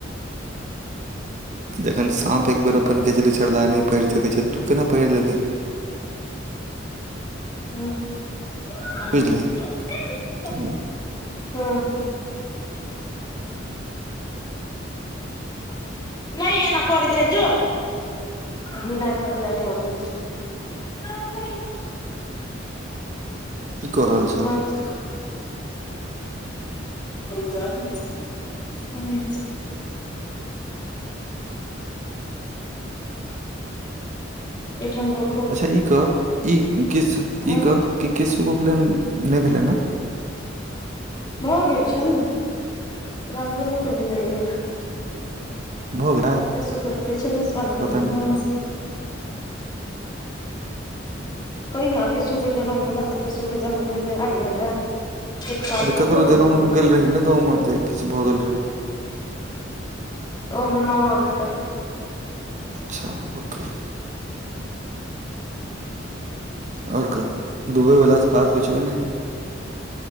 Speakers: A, on the right; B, on the left.
A: त जखन साँप एक बेेर अपन केचली छोड़लाहा नहि पहिड़ सकैत छै तू केना पहिर लेबही
B: ह्म <unintelligible>
A: बुझलही तऽ
B: ह्म नहि एना करै जाइ जो जीनाइ परलै क दै छै ह <unintelligible>
A: की कऽ रहल छें
B: बस चान ह <unintelligible> एहिठाम क
A: अच्छा ई के ई किस
B: हूँ
A: ई के क किशु उपनयन नहि भेलै ने
B: भऽ गेल छै ने प्रंजलो के भेलै अइ बेर
A: भऽ गेलै
B: किसुके तऽ पिछले साल भेलैहँ
A: पता नहि
B: कहिया किशु के जन्म किशु के जन्म भेले आइ भेलै एक साल
A: आर
B: से ऊपर
A: ककरो जनेउमे
B: भऽ गेलै
A: तऽ गेल रही ने गाँवमे जे किछ भऽ गेल रहै
B: ओ हमर मामा बेटा के
A: अच्छा ओके आओर कह दुबइवलासँ बात होइ छौ की नहि